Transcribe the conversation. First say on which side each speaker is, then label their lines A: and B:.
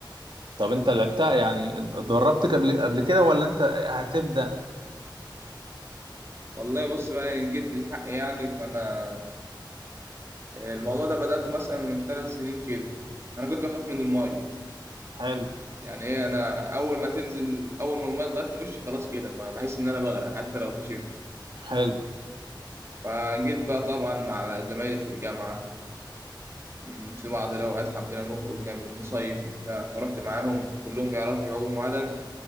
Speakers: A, on the right (about 75°); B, on the right (about 35°).
A: طب انت لعبتها يعني اتدربت قبل قبل كده ولا انت هتبدأ
B: والله بص بقى ان جد الحق يعني فانا الموضوع ده بداته مثلا من ثلاث سنين كده انا كنت بخاف من الميه
A: حلو
B: يعني ايه انا اول ما تنزل اول ما الميه اتغطت وشي خلاص كده ما بحس ان انا بغرق حتى لو في شيء
A: حلو
B: فجيت بقى طبعا مع زمايلي في الجامعه مم، في بعض الأوقات حبينا نخرج نعمل نصيف وبتاع فرحت معاهم كلهم بيعرفوا يعوموا عدن